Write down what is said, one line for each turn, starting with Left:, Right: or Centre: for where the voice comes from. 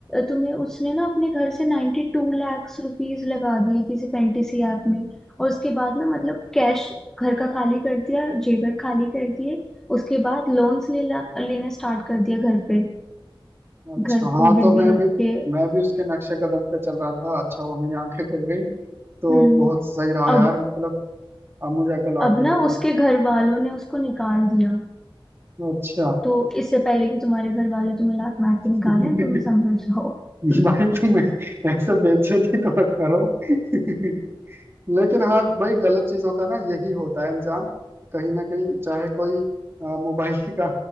Centre: तुम्हें उसने ना अपने घर से नाइन्टी टू लैक्स रुपीज लगा दिए किसी फैंटेसी ऐप में और उसके बाद ना मतलब कैश घर का खाली कर दिया जेवर खाली कर दिए उसके बाद लोन्स लेना लेना स्टार्ट कर दिया घर पे
Right: अच्छा
Centre: घर
Right: हाँ
Centre: को गिरवी
Right: तो मैं
Centre: रख
Right: भी
Centre: के
Right: मैं भी उसके नक्शे कदम पे चल रहा था अच्छा वो मेरी आंखें खुल गई तो
Centre: हम्म
Right: बहुत सही रहा
Centre: अब
Right: यार मतलब अब मुझे अकल आ
Centre: अब
Right: गई है
Centre: ना
Right: थोड़ी
Centre: उसके घर वालों ने उसको निकाल दिया
Right: अच्छा
Centre: तो इससे पहले कि तुम्हारे घर वाले तुम्हें लात मार के निकालें
Right: <laughs>
Centre: तुम संभल जाओ
Right: भाई
Centre: <laughs>
Right: तुम ऐसे बेइज्जती तो मत करो <laughs> लेकिन हाँ भाई गलत चीजों का ना यही होता है अंजाम कहीं ना कहीं चाहे कोई अ, मोबाइल का